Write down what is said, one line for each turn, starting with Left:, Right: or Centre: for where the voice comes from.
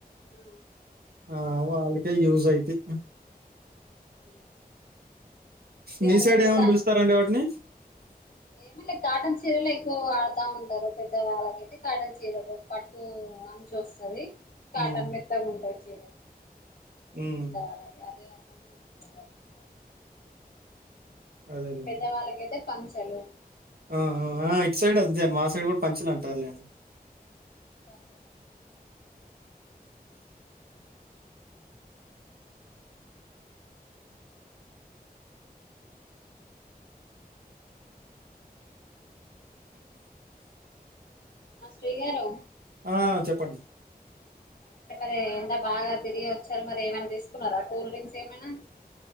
Left: ఆ,
Right: ఆ వాళ్ళకే యూస్ అయితయ్
Left: అదే. ఏమన్నా
Right: మీ సైడ్
Left: పెద్ద
Right: ఏమని
Left: తా
Right: పిలుస్తారండి వాటిని
Left: ఏమలే కాటన్ చీరలు ఎక్కువ వాడుతా ఉంటారు పెద్ద వాళ్ళకైతే కాటన్ చీరలు పట్టు చూస్తది కాటన్
Right: హ్మ్.
Left: మెత్తగుంటాయి చీరలు
Right: హ్మ్.
Left: మెత్తాలని అదే <unintelligible> సైడ్
Right: అదేలెండి.
Left: మీ పెద్దవాళ్ళకైతే పంచలు
Right: ఆ ఆ ఇటు సైడ్ అంతే మా సైడ్ గూడ్ పంచలు అంటారులెండి
Left: పంచగం ఆ ఆ శ్రీగారు
Right: ఆ చెప్పండి
Left: అంటే మరి ఎండ బాగా తిరిగొచ్చారు మరి ఏమన తీసుకున్నారా కూల్ డ్రింక్స్ ఏమనా